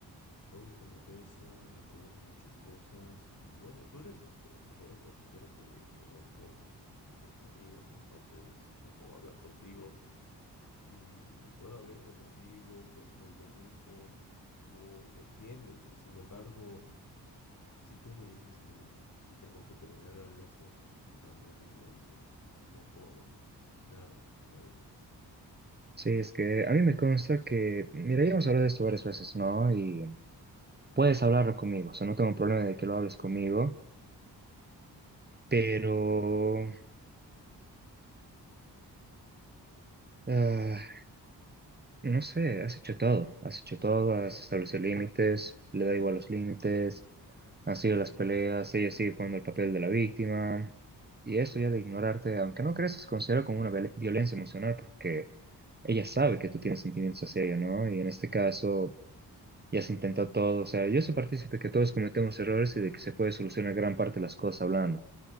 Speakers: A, on the left (about 45°); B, on the right (about 20°).
A: Todo esto me pesa, me pregunto muchas cosas y bueno, tú eres de los mejores consejeros que conozco de mis amigos, entonces me pongo a hablar contigo y puedo abrirme contigo, puedo ser yo mismo y tú me entiendes y sin embargo, si tú me dices que el- tengo que terminar la relación, también sé que lo dices no por nada, ¿sabes?
B: sí, es que a mí me consta que, mira, ya hemos hablado de esto varias veces, ¿no? Y puedes hablarlo conmigo, o sea, no tengo problema de que lo hables conmigo, pero, ah, no sé, has hecho todo, has hecho todo, has establecido límites, le da igual los límites, han sido las peleas, ella sigue jugando el papel de la víctima. Y eso ya de ignorarte, aunque no creas, es considerado como una viol- violencia emocional porque ella sabe que tú tienes sentimientos hacia ella, ¿no? Y en este caso ya se intentó todo, o sea, yo soy partícipe que todos cometemos errores y de que se puede solucionar gran parte de las cosas hablando,